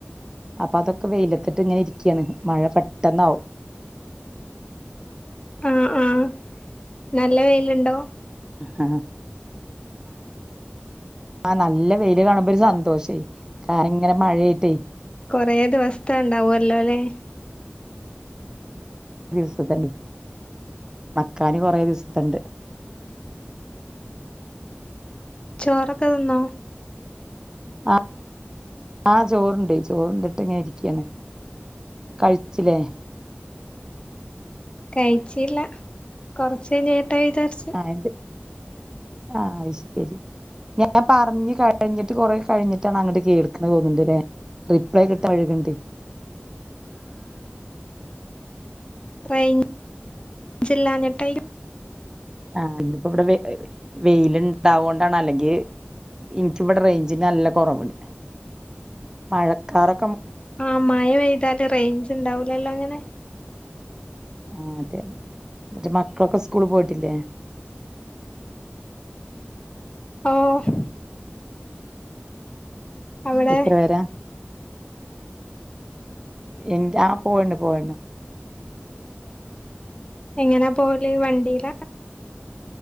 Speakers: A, on the right; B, on the left.
A: അപ്പൊ അതൊക്കെ വെയിലത്തിട്ട് ഇങ്ങനെ ഇരിക്കയാണ് മഴ പെട്ടെന്നാവും
B: ആഹ് ആഹ് നല്ല വെയിലുണ്ടോ
A: ആഹ ആഹ നല്ല വെയില് കാണുമ്പൊ ഒരു സന്തോഷ ക ഇങ്ങനെ മഴയിട്ടേ
B: കൊറേ ദിവസ്ഥ ഉണ്ടാവല്ലോ ല്ലേ
A: ദിവസത്തെനി മക്കാന് കൊറെ ദിവസത്തെണ്ട്
B: ചോറൊക്കെ ത്ന്നോ
A: ആ ആഹ് ചോറ്ണ്ട് ചോറുണ്ടിട്ട് ങ്ങനെ ഇര്ക്കാണ് കഴിച്ചിലെ
B: കഴിച്ചീല്ല കൊറചൈ ടയ്ടേർസ്
A: ആഹ് എന്ത് ആഹ് അയ്ശരി ഞാൻ പർഞ് കേ കഴിഞ്ഞിട്ട് കൊറെ കഴിഞ്ഞിട്ടാണ് അങ്ങട്ട് കേൾക്ക തോന്ന്ണ്ട്ലെ റിപ്ലൈ കിട്ടാ വയ്ക്ണ്ടേ
B: റെയ് ജില്ലാഞ്ഞിട്ടയ് നു
A: ആ ഇപ്പോ വടെ വെയില് ണ്ടാവോണ്ടാണ് അല്ലെങ്കിൽ ഇൻക്കിവിടെ റേഞ്ചിന് നല്ല കൊറവ്ണ്ട് മഴക്കാറൊ
B: ആ മഴ പെയ്താല് റേഞ്ച് ണ്ടാവൂലല്ലോ ങ്ങനെ
A: ആ അതെ റ്റ് മക്കളൊക്കെ സ്കൂള് പോയി ട്ടില്ലേ
B: ഓ ഹ് അവിടെ
A: എത്ര പേരാ എന്റെ ആ പോയ്ണ് പോയ്‌ണ്
B: എങ്ങനെപ ഓല് വണ്ടീല